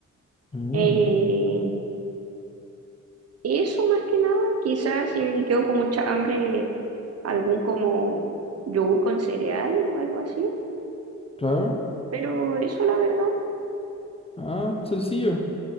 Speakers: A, on the left; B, on the right.
A: mm,
B: Eh, eso más que nada, quizás si me quedo con mucha hambre, algún como yogur con cereal o algo así,
A: claro.
B: pero eso la verdad,
A: Ah, sencillo.